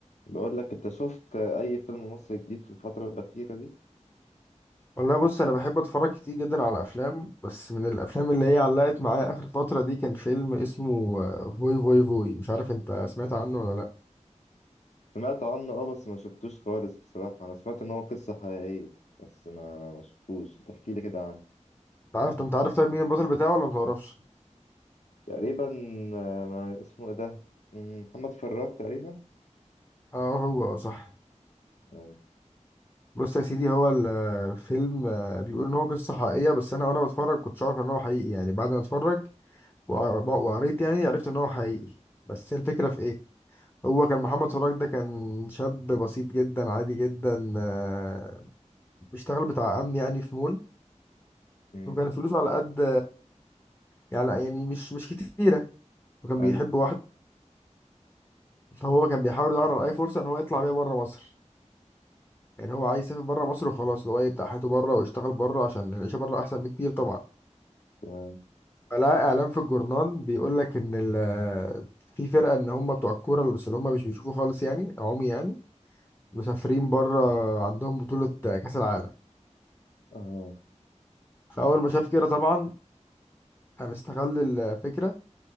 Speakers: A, on the left; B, on the left.
A: بقول لك انت شفت اي فيلم مصري جديد في الفترة الأخيرة دي؟
B: والله بص انا بحب اتفرج كتير جدا على افلام بس من الافلام اللي هي علقت معايا اخر فتره دي كان فيلم اسمه آه، فوي فوي فوي مش عارف انت سمعت عنه ولا لا
A: سمعت عنه اه بس ما شفتوش خالص بصراحة انا سمعت ان هو قصة حقيقية بس ما ما شفتوش تحكي لي كده عنه
B: انت عارف انت عارف طيب مين البطل بتاعه ولا متعرفش
A: تقريبا آه، ما اسمه ايه ده؟ مم، محمد فراج تقريبا
B: اه هو اه صح
A: ايوه
B: بص يا سيدي هو الفيلم آه، بيقول ان هو قصه حقيقيه بس انا وانا بتفرج كنتش عارف ان هو حقيقي يعني بعد ما اتفرج وقر- وقريت يعني عرفت ان هو حقيقي بس هي الفكره في ايه هو كان محمد فراج ده كان شاب بسيط جدا عادي جدا آه، بيشتغل بتاع امن يعني في مول
A: مم،
B: وكان فلوسه على قد يعني يعني مش مش كتيرة وكان
A: ايوه
B: بيحب واحد فهو كان بيحاول يدور على أي فرصة إن هو يطلع بيها بره مصر يعني هو عايز يسافر بره مصر وخلاص اللي هو يبدأ حياته بره ويشتغل بره عشان العيشة بره أحسن بكتير طبعا
A: تمام
B: فلقى إعلان في الجورنال بيقول لك إن ال في فرقة إن هم بتوع الكورة اللي بس اللي هم مش بيشوفوا خالص يعني عمي يعني مسافرين بره عندهم بطولة كأس العالم
A: اه
B: فأول ما شاف كده طبعا قام استغل الفكرة